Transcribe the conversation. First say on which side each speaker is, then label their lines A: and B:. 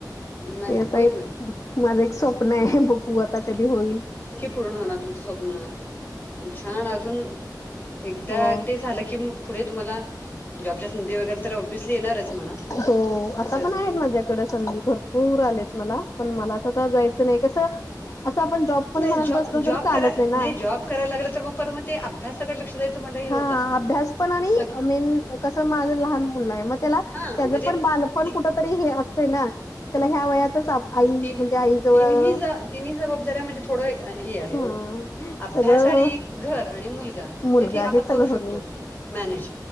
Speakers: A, on the left; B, on the left.
A: नाही
B: ते
A: नाही
B: आता
A: होईल
B: एक,
A: होईल
B: माझं एक स्वप्न आहे बघू आता कधी होईल.
A: पूर्ण होणार तुमचं स्वप्न. छान अजून एकदा
B: हो
A: ते झालं की पुढे तुम्हाला जॉबच्या संधी वगैरे तर ॲब्युअसली येणारच. म्हणा
B: हो, आता
A: असं
B: पण
A: तुम्ही
B: आहेत माझ्या कड संधी भरपूर आलेत मला पण मला जायचं नाही आता कस अस आपण जॉब पण
A: नाही
B: म्हणत
A: जॉ
B: बसलो
A: जॉब
B: तरी चालत
A: कराय
B: ना
A: नाही, जॉब करायला लागलं तर मग पर मग ते. अभ्यासाकडे लक्ष द्यायचं म्हटलं हे होत
B: हा
A: असते.
B: अभ्यास पण आणि
A: सग
B: मेन कस माझ लहान मुल आहे म त्याला
A: हा
B: त्याचं
A: म्हणजे
B: पण
A: ती
B: बालपण कुठ तरी हे असत ना, त्याला ह्या वयातच आई
A: तीन
B: म्हणजे आई जवळ
A: तिनही तिनही जबाबदारी म्हणजे थोडं हे आहे
B: हा
A: हो. अभ्यास
B: सगळं
A: आणि घर आणि मुलगा
B: मुलगा
A: ते आपण
B: हे सगळं
A: करू शकतो.
B: होत
A: मॅनेज